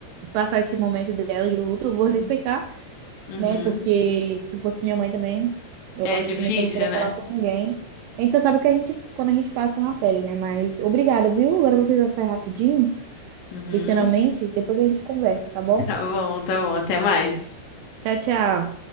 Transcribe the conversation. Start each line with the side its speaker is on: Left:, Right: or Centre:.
Right: passar esse momento dela de luto. Eu vou
Left: Hum.
Right: respeitar,
Left: Uhum.
Right: né? Porque se fosse minha mãe também, eu
Left: É
Right: acho
Left: difícil,
Right: que também que eu não queria
Left: né?
Right: falar com ninguém. Então, sabe que a gente, quando a gente passa na pele, né? Mas obrigada, viu? Agora eu vou precisar sair rapidinho,
Left: Uhum.
Right: literalmente. Depois a gente conversa, tá bom?
Left: Tá bom, tá bom. Até mais.
Right: Tchau, tchau.